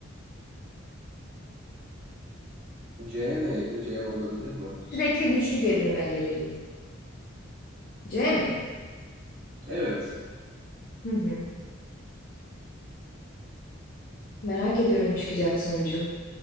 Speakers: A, on the right (about 45°); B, on the left (about 45°).
A: C neydi? C olabilir mi?
B: Sürekli güçlü görünme gereği. C mi?
A: Evet.
B: Hı hı. Merak ediyorum çıkacak sonucu.